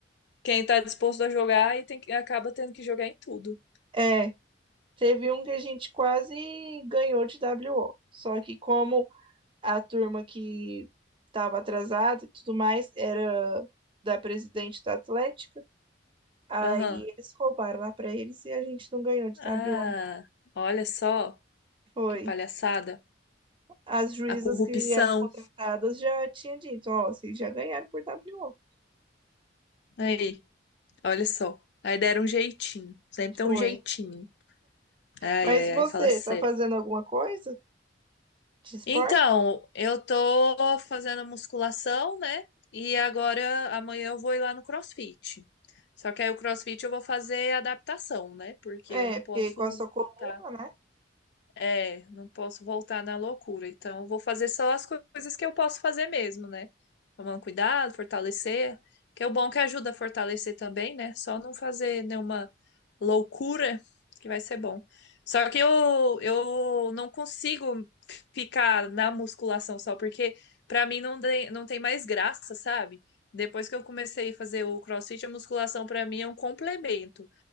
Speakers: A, on the left (about 65°); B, on the right (about 30°).
A: Quem tá disposto a jogar e tem que, acaba tendo que jogar em tudo.
B: É, teve um que a gente quase ganhou de WO. Só que como a turma que estava atrasada e tudo mais era da presidente da Atlética, aí
A: Aham.
B: eles roubaram lá para eles e a gente não ganhou de
A: Ah,
B: WO.
A: olha só.
B: Foi.
A: Que palhaçada.
B: As juízas
A: A corrupção.
B: que eram contratadas já tinha dito, ó, vocês já ganharam por W O
A: Aí, olha só. Aí deram um jeitinho. Sempre
B: Foi.
A: tem um jeitinho. Ai,
B: Mas
A: ai,
B: você
A: ai, fala sério.
B: tá fazendo alguma coisa de esporte?
A: Então, eu tô fazendo musculação, né? E agora, amanhã eu vou ir lá no CrossFit. Só que aí o CrossFit eu vou fazer adaptação, né? Porque
B: É,
A: eu não posso
B: porque com a sua coluna,
A: voltar
B: né?
A: É, não posso voltar na loucura. Então, eu vou fazer só as co- coisas que eu posso fazer mesmo, né? Tomando cuidado, fortalecer. Que é o bom que ajuda a fortalecer também, né? Só não fazer nenhuma loucura, que vai ser bom. Só que eu, eu não consigo ficar na musculação só, porque pra mim não, de- não tem mais graça, sabe? Depois que eu comecei a fazer o CrossFit, a musculação pra mim é um complemento.